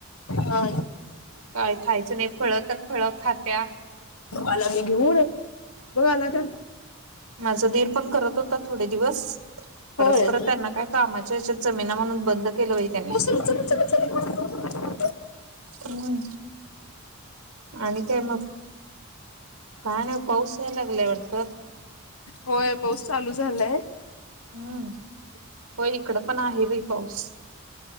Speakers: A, on the left (about 80°); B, on the right (about 85°).
A: हा
B: काय खायचं नाही फळ तर फळ खात्या
A: ह बगाला का
B: माझं दीर पण करत होता थोडे दिवस परत
A: होय
B: परत त्यांना काय कामाच्या याच्यात जमिना म्हणून बंद केलं बाई त्यांनी
A: च च
B: हम् आणि काय मग काय नाही पाऊस यायला लागलाय वाटत
A: होय पाऊस चालू झालाय
B: हम्म होय इकडं पण आहे बाई पाऊस